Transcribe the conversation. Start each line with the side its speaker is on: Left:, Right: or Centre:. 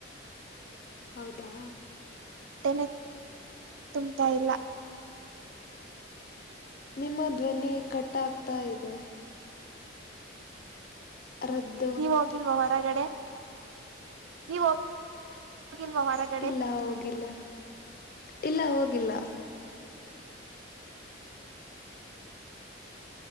Left: ಹೌದಾ
Right: ಹೊಟ್ಟೆನೆ ತುಂಬ್ತಾ ಇಲ್ಲ
Left: ನಿಮ್ಮ ಧ್ವನಿ ಕಟ್ಟಾಗ್ತಾ ಇದೆ ರದ್ದ
Right: ನೀವ ಹೋಗಿಲ್ವಾ ಹೊರಗಡೆ ನೀವು ಹೋಗಿಲ್ವಾ ಹೊರಗ್
Left: ಇಲ್ಲ ಹೋಗಿಲ್ಲ ಇಲ್ಲ ಹೋಗಿಲ್ಲ